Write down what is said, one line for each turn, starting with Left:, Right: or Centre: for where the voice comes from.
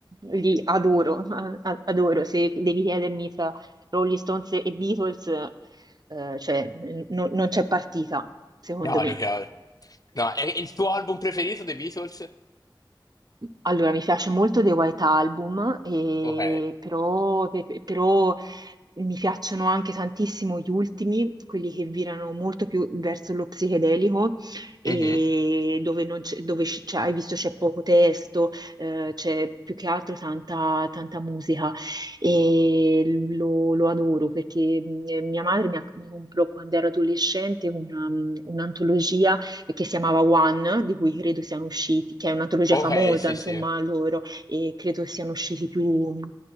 Right: li adoro, a- a- adoro. Se devi chiedermi tra Rolling Stones e Beatles, eh, cioè, n- non c'è partita, secondo
Left: Chiaro,
Right: me.
Left: chiaro. No, è il tuo album preferito, The Beatles?
Right: Allora, mi piace molto The White Album, e
Left: Ok.
Right: però, pe- pe- però mi piacciono anche tantissimo gli ultimi, quelli che virano molto più verso lo psichedelico, e
Left: Mhm.
Right: dove, non c'è- dove c- c'è- hai visto c'è poco testo, eh, c'è più che altro tanta, tanta musica e lo, lo adoro perché mh, mia madre mi, ha- mi comprò quando ero adolescente una, mh, un'antologia eh, che si chiamava One, di cui credo siano usciti, che è un'antologia
Left: Ok,
Right: famosa,
Left: sì,
Right: insomma,
Left: sì.
Right: loro, e credo siano usciti più,